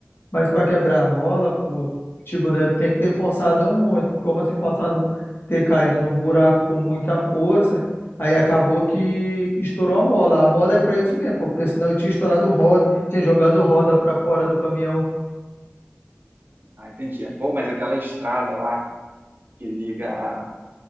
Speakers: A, on the left; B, on the right.
A: Mas para quebrar a mola, pô, tipo, deve, tem que ter forçado muito. Como assim forçado muito? Ter caído num buraco com muita força. Aí acabou que estourou a mola. A mola é para isso mesmo, pô, porque senão eu tinha estourado roda, tinha jogado roda para fora do caminhão.
B: Ah, entendi. Pô, mas aquela estrada lá que liga,